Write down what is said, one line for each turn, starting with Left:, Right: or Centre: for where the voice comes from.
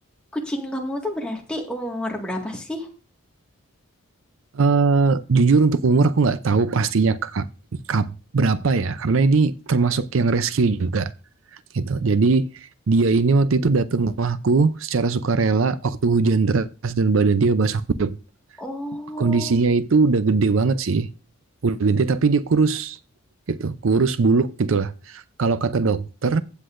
Centre: kucing kamu tuh berarti umur berapa sih?
Right: Eh, jujur untuk umur aku nggak tahu pastinya kak, kap- berapa ya karena ini termasuk yang rescue juga gitu. Jadi dia ini waktu itu datang ke rumahku secara sukarela waktu hujan deras dan badan dia basah kuyup.
Centre: Oh,
Right: Kondisinya itu udah gede banget sih. Udah gede tapi dia kurus gitu. Kurus buluk gitulah. Kalau kata dokter